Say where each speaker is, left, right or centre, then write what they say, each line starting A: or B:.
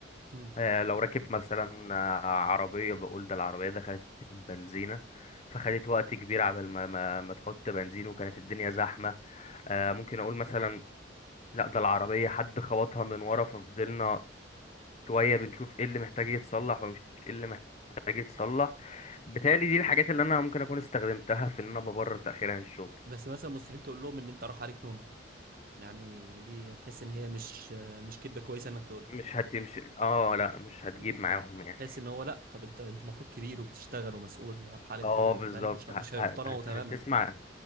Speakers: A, on the right (about 50°); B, on the left (about 35°).
A: امم
B: آه، لو راكب مثلا آه، عربيه بقول ده العربيه دخلت بنزينه فخدت وقت كبير عبال ما ما, ما تحط بنزين وكانت الدنيا زحمه آه ممكن اقول مثلا لا ده العربية حد خبطها من ورا ففضلنا شوية بنشوف ايه اللي محتاج يتصلح ومش ايه اللي محتاج يتصلح بالتالي دي الحاجات اللي انا ممكن اكون استخدمتها في ان انا ببرر تأخير عن الشغل
A: بس مثلا مستحيل تقول لهم ان انت راح عليك نومه يعني دي تحس ان هي مش مش كدبه كويسه انك تقولها
B: مش هتمشي اه لا مش هتجيب
A: امم.
B: معاهم يعني
A: تحس ان هو لا طب انت انت المفروض كبير وبتشتغل ومسؤول راح عليك
B: اه
A: نومه
B: بالظبط
A: فاهم مش مش
B: ه- ه-
A: هيقتنعوا
B: هت-
A: تماما
B: هتسمع